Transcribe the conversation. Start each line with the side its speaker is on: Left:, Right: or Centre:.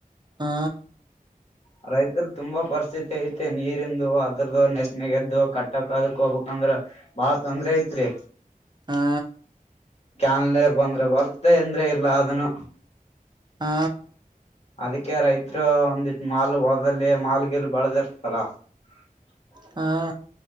Right: ಹಾ
Left: <inaudible> ರೈತರು ತುಂಬಾ ಪರಿಸ್ಥಿತಿ ಐತೆ ನೀರಿಂದು ಅದ್ರದು ನೆಶನೆ ಎದ್ದು ಕಟ್ಟಕ್ ಅದಕ್ ಹೋಗಬೇಕಂದ್ರ. ಬಾಳ ತೊಂದ್ರೆ ಐತ್ರಿ.
Right: ಹಾ
Left: ಚಾನೆಲ್ ನೀರ್ ಬಂದ್ರೆ ಬರ್ತ ಅಂದ್ರೆ ಇಲ್ಲ ಅದನು.
Right: ಹಾ
Left: ಅದಕ್ಕೆ ರೈತ್ರು ಒಂದಿಟ್ಟ ಮಾಲ್ ಹೋದದಲ್ಲಿ ಮಾಲ್ ಗಿಲ್ ಬಳದಿರ್ತಾದಲ್ಲ. <inaudible>
Right: ಹಾ